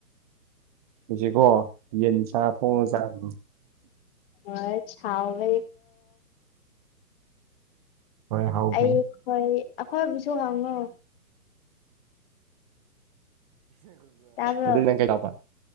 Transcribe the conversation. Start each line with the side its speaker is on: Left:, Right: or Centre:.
Right: ꯍꯧꯁꯤꯀꯣ ꯌꯦꯟ ꯆꯥ ꯊꯣꯡꯉ ꯆꯥꯕ
Left: ꯑ ꯊꯥꯎ ꯃ
Right: ꯍꯣꯏ ꯍꯥꯎꯕꯅꯤ
Left: ꯑꯩ ꯍꯣꯏ ꯑꯩꯈꯣꯏꯕꯨꯁꯨ ꯍꯪꯉꯣ ꯇꯥꯕ꯭ꯔꯣ
Right: ꯑꯗꯨ ꯅ ꯀꯩꯇꯥꯕ